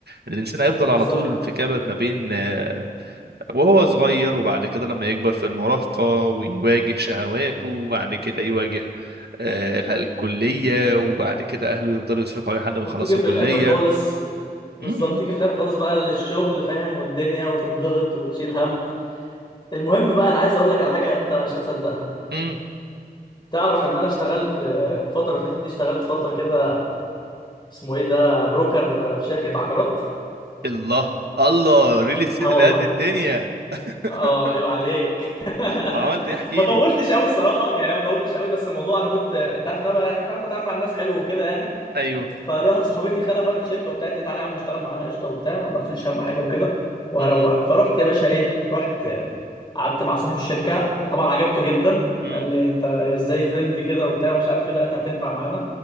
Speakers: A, on the right (about 80°); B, on the left (about 30°).
A: الإنسان هيفضل
B: بالظبط
A: على طول في كبد ما بين آه، وهو صغير وبعد كده لما يكبر في المراهقة ويواجه شهواته وبعد كده يواجه آه، ال- الكلية وبعد كده أهله يفضلوا يصرفوا عليه لحد ما
B: وتيجي
A: يخلصوا
B: في
A: كلية
B: الاخر خالص بالظبط
A: مم،
B: تيجي في الاخر خالص بقى للشغل فاهم والدنيا وتضغط وتشيل هم المهم بقى انا عايز اقول لك على حاجه انت مش هتصدقها
A: مم.
B: تعرف ان انا اشتغلت آه، الفتره اللي فاتت دي اشتغلت فتره كده اسمه ايه ده بروكر آه، في شركه عقارات
A: الله الله ريل الست
B: اه
A: اللي
B: والله
A: قد الدنيا <laughs>
B: اه عيب عليك <laughs>
A: وعملت ايه احكي
B: ما طولتش
A: لي
B: قوي الصراحه يعني ما طولتش قوي بس الموضوع انا كنت انت عارف ان انا بقى يعني فاهم بتعامل مع الناس حلو وكده يعني
A: ايوه
B: فليا واحده صاحبتي خالها فاتح شركه وبتاعت لي تعالى يا عم اشتغل معانا قشطه وبتاع ما قلتليش اهم حاجه وكده وهروقك
A: امم
B: فرحت يا باشا ايه رحت آه، قعدت مع صاحب الشركه طبعا عجبته جدا
A: امم
B: قال لي انت ازاي فريندلي كده وبتاع ومش عارف ايه لا انت هتنفع معانا